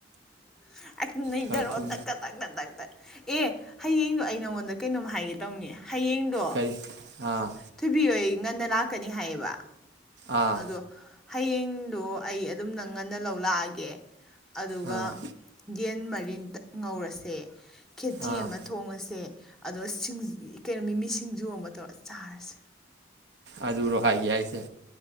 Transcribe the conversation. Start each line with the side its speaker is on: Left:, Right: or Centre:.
Centre: <inaudible> ꯍꯦꯛꯇ ꯅꯩ
Right: ꯈꯔ
Centre: ꯗꯔꯣ
Right: ꯊꯨꯅ
Centre: ꯀꯗ ꯗꯛ ꯗꯛ ꯑꯦ ꯍꯌꯦꯡꯗꯣ ꯑꯩ ꯅꯉꯣꯟꯗ ꯀꯩꯅꯣꯝ ꯍꯥꯏꯒꯦ ꯇꯧꯅꯤ ꯍꯌꯦꯡꯗꯣ
Right: ꯀꯔꯤ ꯑꯥ
Centre: ꯊꯣꯏꯕꯤꯍꯣꯏ ꯉꯟꯅ ꯂꯥꯛꯀꯅꯤ ꯍꯥꯏꯌꯦꯕ
Right: ꯑꯥ
Centre: ꯑꯗꯣ ꯍꯌꯦꯡꯗꯣ ꯑꯩ ꯑꯗꯨꯝ ꯅꯪ ꯉꯟꯅꯥ ꯂꯧ ꯂꯥꯑꯒꯦ ꯑꯗꯨꯒ
Right: ꯑꯥ
Centre: ꯌꯦꯟ ꯃ ꯔꯤꯟꯇꯠ ꯉꯧꯔꯁꯦ ꯈꯦꯆꯤ
Right: ꯑꯥ
Centre: ꯑꯃ ꯊꯣꯡꯉꯁꯦ ꯑꯗꯣ ꯁꯤꯡ ꯀꯩꯅꯣ ꯃꯤꯃꯤ ꯁꯤꯡꯖꯨ ꯑꯃ ꯇꯧꯕ ꯆꯥꯔꯁꯦ
Right: ꯑꯗꯨꯔꯣ ꯍꯥꯒꯦ ꯌꯥꯏꯖꯦ